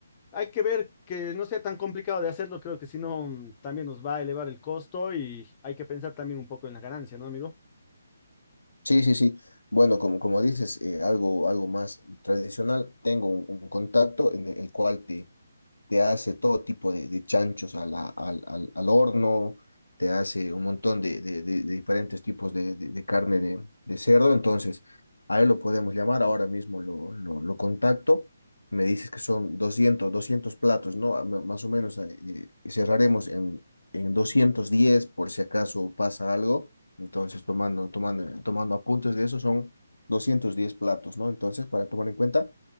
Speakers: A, on the left; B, on the left.
A: hay que ver que no sea tan complicado de hacerlo, creo que si no mm, también nos va a elevar el costo y hay que pensar también un poco en la ganancia, ¿no, amigo?
B: Sí, sí, sí. Bueno, como, como dices, eh, algo, algo más tradicional, tengo un, un contacto en el cual te, te hace todo tipo de, de chanchos a la- al, al, al horno, te hace un montón de, de, de- de diferentes tipos de, de- de carne de, de cerdo, entonces a él lo podemos llamar, ahora mismo lo, lo, lo contacto, me dices que son doscientos 200 platos, ¿no? M- Más o menos ah, eh, cerraremos en, en 210 por si acaso pasa algo, entonces tomando, tomando, tomando apuntes de eso son 210 platos, ¿no? Entonces, para tomar en cuenta.